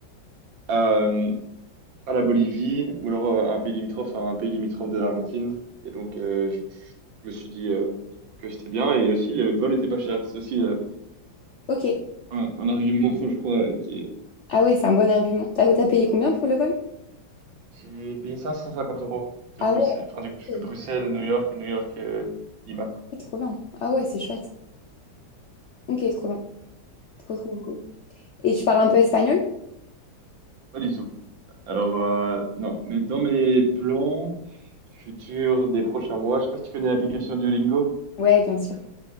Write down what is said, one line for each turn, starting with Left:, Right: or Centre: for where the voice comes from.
Right: à, euh, à la Bolivie, ou alors euh, un pays limitrophe à un pays limitrophe de l'Argentine. Et donc, euh, je, je me suis dit euh, que c'était bien, et aussi, le vol était pas cher. C'est aussi euh,
Left: Ok.
Right: un, un argument, <laughs> je crois, euh, qui est...
Left: Ah ouais, c'est un bon argument. T'as t'as payé combien pour le vol?
Right: J'ai payé 550 euros de
Left: Ah
Right: Bruxelles.
Left: ouais,
Right: Enfin, du coup, je
Left: ok.
Right: fais Bruxelles, New York, et New York, euh, Lima.
Left: Trop bien. Ah ouais, c'est chouette. Ok, trop bien. Trop, trop cool. Et tu parles un peu espagnol? <laughs>
Right: Pas du tout. Alors, euh, non, mais dans mes plans futurs des prochains mois, je sais pas si tu connais l'application Duolingo,
Left: Ouais, bien sûr.